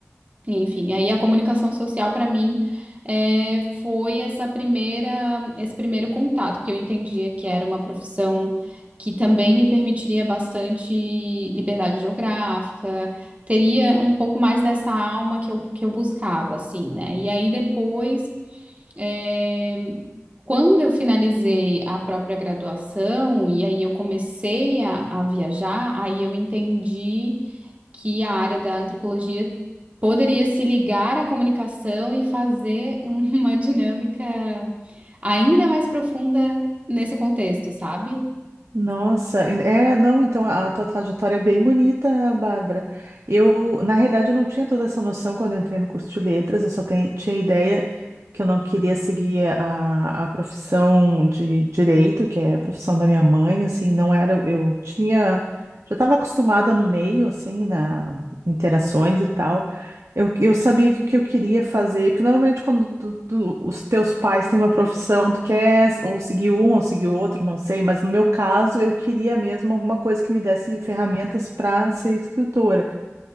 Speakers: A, on the right; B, on the right.
A: enfim, aí a comunicação social para mim é, foi essa primeira, esse primeiro contato, que eu entendia que era uma profissão que também me permitiria bastante liberdade geográfica, teria um pouco mais dessa alma que eu, que eu buscava, assim, né? E aí depois, é, quando eu finalizei a própria graduação, e aí eu comecei a, a viajar, aí eu entendi que a área da antropologia poderia se ligar à comunicação e fazer uma <laughs> dinâmica ainda mais profunda nesse contexto, sabe?
B: Nossa, e- é, não, então a tua trajetória é bem bonita, Bárbara. Eu, na realidade, eu não tinha toda essa noção quando eu entrei no curso de letras, eu só te- tinha ideia que eu não queria seguir a, a profissão de direito, que é a profissão da minha mãe, assim, não era, eu tinha, já estava acostumada no meio, assim, na interações e tal. Eu, eu sabia que o que eu queria fazer, porque normalmente quando tu- tu- os teus pais têm uma profissão, tu quer ou seguir um ou seguir outro, não sei, mas no meu caso eu queria mesmo alguma coisa que me desse ferramentas para ser escritora.